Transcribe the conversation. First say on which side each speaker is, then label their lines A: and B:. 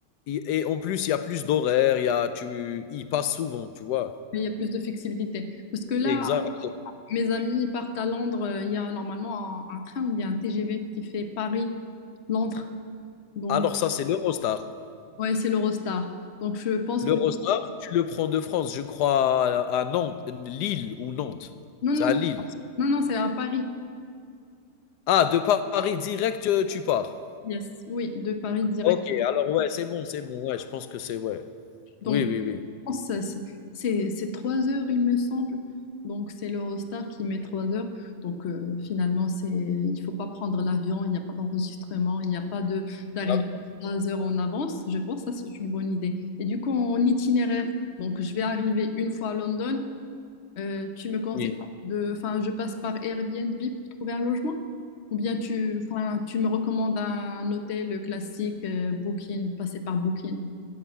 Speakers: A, on the left (about 80°); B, on the left (about 45°).
A: et et en plus, il y a plus d'horaires, il y a tu il passe souvent, tu vois?
B: il y a plus de flexibilité. Parce que là,
A: Exact.
B: Mes amis ils partent à Londres. euh, Il y a normalement un, un train ou bien un TGV qui fait Paris-Londres. Donc,
A: Alors ça, c'est l'Eurostar.
B: ouais, c'est l'Eurostar. Donc, je pense
A: Le
B: que...
A: Rostar, tu le prends de France, je crois, à à Nantes, Lille ou Nantes.
B: Non,
A: C'est
B: non,
A: à Lille.
B: non, non, c'est à Paris.
A: Ah, de Paris direct, euh, tu pars.
B: Yes, oui, de Paris direct.
A: Ok, alors ouais, c'est bon, c'est bon. Ouais, je pense que c'est ouais.
B: Donc,
A: Oui,
B: je
A: oui, oui.
B: pense que c'est c'est- c'est trois heures, il me semble. Donc, c'est l'Eurostar qui met trois heures. Donc, euh, finalement, c'est, il faut pas prendre l'avion. Il n'y a pas d'enregistrement. Il n'y a pas de d'arrivée
A: Ah,
B: trois heures en avance. Je pense que ça, c'est une bonne idée. Et du coup, en itinéraire, donc, je vais arriver une fois à London. Euh, tu me conseilles
A: oui.
B: de, enfin, je passe par Airbnb pour trouver un logement? Ou bien tu, enfin, tu me recommandes un hôtel classique, euh, Booking, passer par Booking.